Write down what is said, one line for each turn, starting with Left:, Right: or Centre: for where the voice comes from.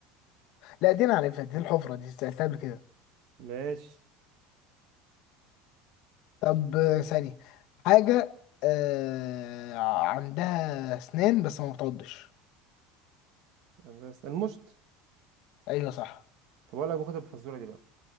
Left: لا دي أنا عارفها دي الحفرة دي سألتها قبل كده
Right: ماشي
Left: طب آه، ثانية حاجة آه عندها أسنان بس ما بتعضش
Right: بس المشط
Left: أيوة صح
Right: طب أقول لك باخد الفزورة دي بقى